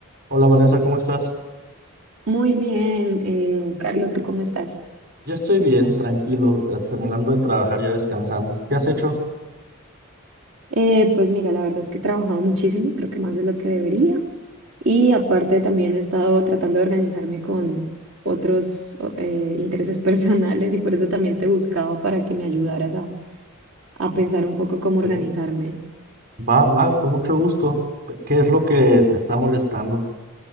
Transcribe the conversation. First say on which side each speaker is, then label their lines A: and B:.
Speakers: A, on the right; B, on the right.
A: Hola Vanessa, ¿cómo estás?
B: Muy bien, eh, Carlos, ¿tú cómo estás?
A: Ya estoy bien, tranquilo, eh, terminando de trabajar, ya descansando. ¿Qué has hecho?
B: Eh, pues mira, la verdad es que he trabajado muchísimo, creo que más de lo que debería. Y aparte también he estado tratando de organizarme con otros o- eh, intereses <laughs> personales y por eso también te buscaba para que me ayudaras a, a pensar un poco cómo organizarme.
A: ¿Eh? Va, va, con mucho gusto. ¿Qué es lo que te está molestando?